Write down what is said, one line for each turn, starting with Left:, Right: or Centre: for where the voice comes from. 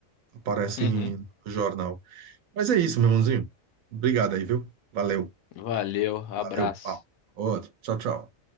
Right: Aparece
Left: Uhum.
Right: em- no jornal. Mas é isso, meu irmãozinho. Obrigado aí, viu? Valeu.
Left: Valeu, abraço.
Right: Valeu, papo. Outro. Tchau, tchau.